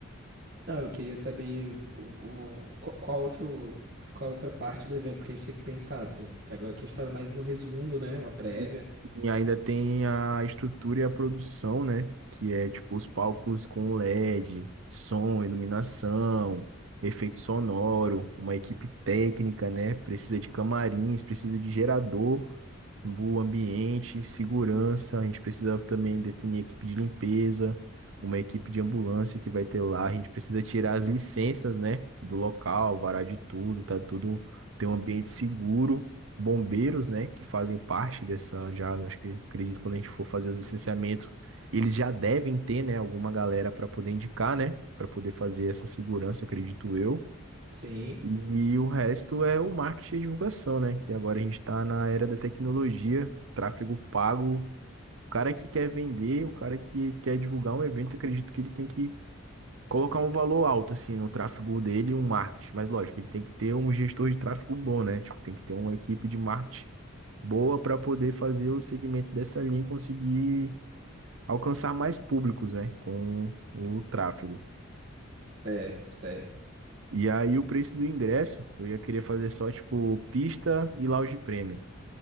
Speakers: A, on the right; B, on the right.
A: não, eu queria saber o, o- qual, qual outro, qual outra parte do evento que a gente tem que pensar, assim. Que agora aqui a gente tá mais no resumo, né? Uma prévia.
B: Sim, sim. E ainda tem a estrutura e a produção, né? Que é tipo os palcos com LED, som, iluminação, efeito sonoro, uma equipe técnica, né? Precisa de camarins, precisa de gerador, o ambiente, segurança. A gente precisa também definir equipe de limpeza, uma equipe de ambulância que vai ter lá. A gente precisa tirar as licenças, né? Do local, varar de tudo, tá tudo, ter um ambiente seguro bombeiros, né, que fazem parte dessa, já acho que acredito que quando a gente for fazer os licenciamentos, eles já devem ter, né, alguma galera para poder indicar, né, para poder fazer essa segurança, acredito eu.
A: Sim,
B: E o resto é o marketing e divulgação, né? Que agora a gente está na era da tecnologia, tráfego pago. O cara que quer vender, o cara que quer divulgar um evento, acredito que ele tem que colocar um valor alto, assim, no tráfego dele e um marketing. Mas lógico, ele tem que ter um gestor de tráfego bom, né? Tipo, tem que ter uma equipe de marketing boa para poder fazer o segmento dessa linha e conseguir alcançar mais públicos, né, com o tráfego.
A: certo, certo.
B: E aí o preço do ingresso, eu ia querer fazer só tipo pista e lounge premium,